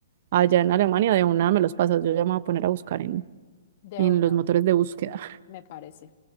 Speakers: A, on the right; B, on the left.
A: allá en Alemania, de una me los pasas, yo ya me voy a poner a buscar en,
B: De
A: en
B: una,
A: los motores de búsqueda.
B: me parece.